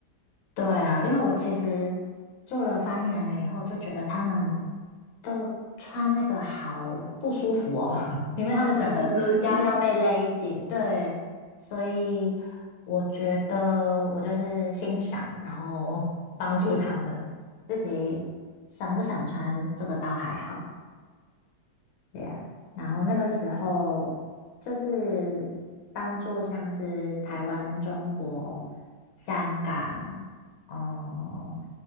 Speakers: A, on the left; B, on the left.
A: 对啊，因为我其实做了翻译人员以后，就觉得他们都穿那个好不舒服哦，<laughs> 因为他们整个腰要被勒紧，
B: 然后一直勒紧。
A: 对，所以我觉得我就是欣赏，然后帮助他们，自己想不想穿这个倒还好。Yeah，然后那个时候就是帮助像是台湾、中国、香港、哦、